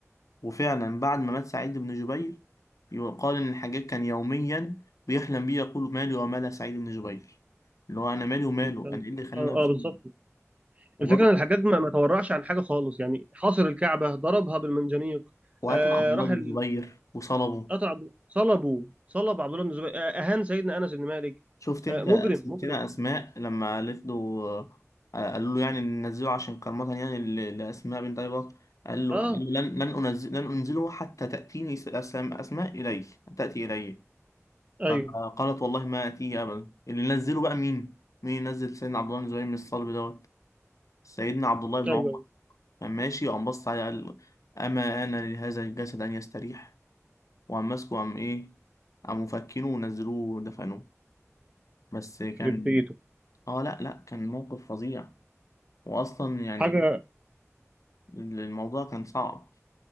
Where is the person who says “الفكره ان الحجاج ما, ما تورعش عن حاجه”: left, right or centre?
Right